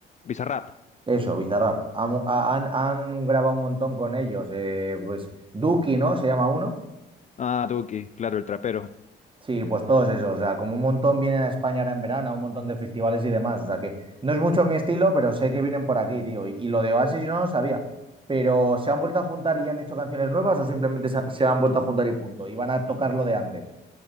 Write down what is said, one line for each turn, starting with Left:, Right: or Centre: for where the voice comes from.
Left: Bizarrap.
Right: Eso, Bizarrap. Han, han- han grabado un montón con ellos. eh, pues Duki, ¿no? Se llama uno.
Left: Ah, Duki, claro, el trapero.
Right: Sí, pues todos esos. O sea, como un montón vienen a España ahora en verano, a un montón de festivales y demás. O sea, que no es mucho mi estilo, pero sé que vienen por aquí, tío. Y, y lo de Oasis yo no lo sabía. Pero ¿se han vuelto a juntar y han hecho canciones nuevas o simplemente se, se han vuelto a juntar y punto? Y van a tocar lo de antes.